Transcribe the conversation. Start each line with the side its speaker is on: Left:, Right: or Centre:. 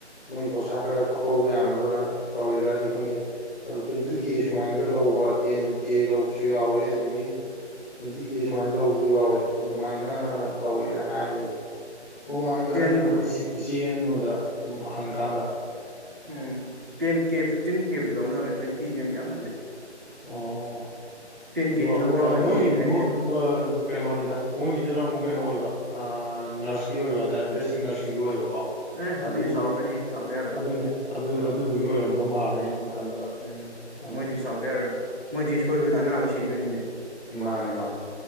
Centre: ꯃꯣꯏ ꯈꯣꯔꯁꯥ ꯈꯔ ꯈꯞꯄꯧꯕ ꯌꯥꯅꯕ꯭ꯔꯥ ꯇꯧꯔꯤꯔꯗꯤ ꯈꯪꯗꯦ ꯑꯗꯨ ꯇ꯭ꯋꯦꯟꯇꯤ
Right: ꯎꯝ
Centre: ꯀꯦ ꯁꯨꯃꯥꯏꯅꯒ ꯂꯧꯕ ꯇꯦꯟ ꯀꯦ ꯂꯧꯕꯁꯨ ꯌꯥꯎꯋꯦ ꯑꯗꯒꯤ ꯇ꯭ꯋꯦꯟꯇꯤ ꯀꯦ ꯁꯨꯃꯥꯏꯅ ꯂꯧꯕꯁꯨ ꯌꯥꯎꯋꯦ ꯑꯗꯨꯃꯥꯏꯅ ꯇꯧꯋꯦꯅ ꯍꯥꯏꯌꯦ ꯃꯃꯥꯡꯗ
Right: ꯇꯦꯟ
Centre: ꯑꯩꯅ ꯑꯩꯈꯣꯏ ꯏꯆꯦ ꯑꯃꯗ ꯍꯪꯀꯥꯟꯗ
Right: ꯎꯝ ꯇꯦꯟ ꯀꯦ ꯐꯤꯐꯇꯤꯟ ꯀꯦꯕꯨꯗꯤ ꯂꯧꯅꯕꯅꯦ ꯇ꯭ꯋꯦꯟꯇꯤꯗꯤ ꯃꯨꯛ ꯌꯥꯝꯃꯜꯂꯦ
Centre: ꯑꯣ
Right: ꯇꯦꯟ
Centre: ꯑꯗꯣ
Right: ꯀꯦꯗꯤ ꯂꯧꯕ
Centre: ꯑꯥ
Right: ꯌꯥꯎꯋꯦꯕ
Centre: ꯃꯣꯏ
Right: ꯃꯤ ꯍꯥꯏꯅꯩꯑꯕ
Centre: ꯃꯣꯏ ꯑꯥ ꯀꯩꯅꯣꯅꯤꯗ ꯃꯣꯏꯒꯤꯁꯤꯅ ꯑꯃꯨꯛ ꯀꯩꯅꯣ ꯑꯣꯏꯕ ꯑꯥ ꯅꯔꯁꯀꯤ ꯑꯣꯏꯕ ꯍꯥꯏꯇꯥꯔꯦ ꯕꯦꯁꯁꯤꯡ ꯅꯔꯁꯤꯡꯒꯤ ꯑꯣꯏꯕꯀꯣ
Right: ꯑꯦ
Centre: ꯑꯗꯨꯗꯨ
Right: ꯑꯗꯨꯗꯤ ꯆꯥꯎꯔꯛꯀꯅꯤ ꯆꯥꯎꯗ ꯌꯥꯔꯣꯏ
Centre: ꯑꯗꯨꯅꯦ ꯑꯗꯨ ꯑꯗꯨꯗꯨꯒꯤ ꯑꯣꯏꯔꯝꯗꯧ ꯃꯥꯜꯂꯦ ꯑꯩꯅ ꯁꯨꯝ ꯈꯟꯕꯗ
Right: ꯎꯝ
Centre: ꯑꯥ
Right: ꯃꯣꯏꯗꯤ ꯆꯥꯎꯗ ꯌꯥꯔꯣꯏ ꯃꯣꯏꯗꯤ ꯁꯣꯏꯕꯗ ꯑꯅꯥꯕ ꯁꯤꯗꯣꯏꯅꯤꯅꯦ
Centre: ꯃꯥꯅꯦ ꯃꯥꯅꯦ